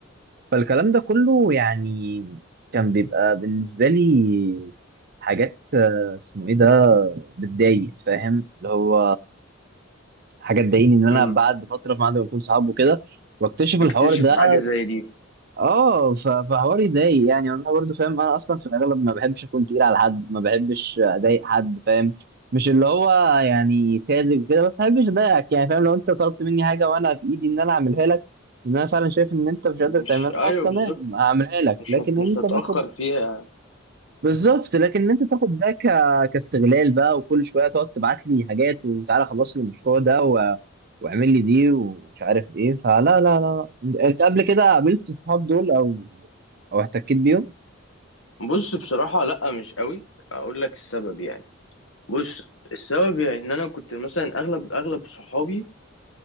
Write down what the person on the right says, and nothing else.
فالكلام ده كله يعني كان بيبقى بالنسبه لي حاجات آه، اسمه ايه ده بتضايق فاهم اللي هو حاجه تضايقني ان انا
بعد فتره بعد ما نكون صحاب وكده واكتشف
الحوار ده
اه ف- فحوار يضايق يعني انا برضو فاهم انا اصلا في الاغلب ما بحبش اكون تقيل على حد ما بحبش اضايق حد فاهم مش اللي هو يعني ساذج وكده بس ما بحبش اضايقك يعني فاهم لو انت طلبت مني حاجه وانا في ايدي ان انا اعملها لك ان انا فعلا شايف ان انت مش
قادر تعملها
تمام
هعملها لك
لكن
ان انت
باخد
بالظبط لكن انت تاخد ده ك... كاستغلال بقى وكل شويه تقعد تبعت لي حاجات وتعالى خلص لي المشروع ده و... واعمل لي دي ومش عارف ايه فلا لا لا لا. انت قبل كده قابلت الصحاب دول او او احتكيت بيهم